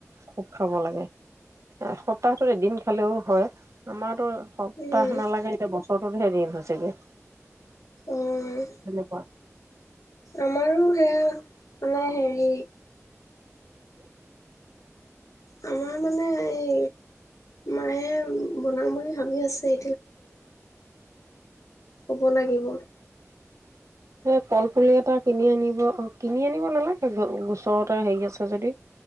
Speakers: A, on the right (about 70°); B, on the left (about 85°).
A: খুব খাব লাগে। এসপ্তাহ ভিতৰত এদিন খালেও হয়, আমাৰতো সপ্তাহ
B: উম,
A: নালাগে এতিয়া বছৰ হেৰি হৈছে গৈ
B: অ',
A: সেনেকুৱা
B: আমাৰো সেয়া মানে হেৰি আমাৰ মানে এই মায়ে বনাম বুলি ভাবি আছে। কব লাগিব।
A: এই কলপুলি এটা কিনি আনিব অ কিনি আনিব নালাগে গ গোচৰতে হেৰি আছে যদি